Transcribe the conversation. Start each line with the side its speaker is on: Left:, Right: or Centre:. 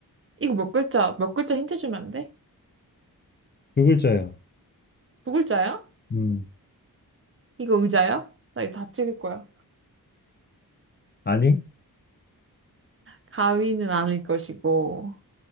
Right: 이거 몇 글자, 몇 글자 힌트 주면 안 돼?
Left: 두 글자야.
Right: 두 글자야?
Left: 음,
Right: 이거 의자야? 나 이거 다 찍을 거야.
Left: 아니?
Right: 가위는 아닐 것이고.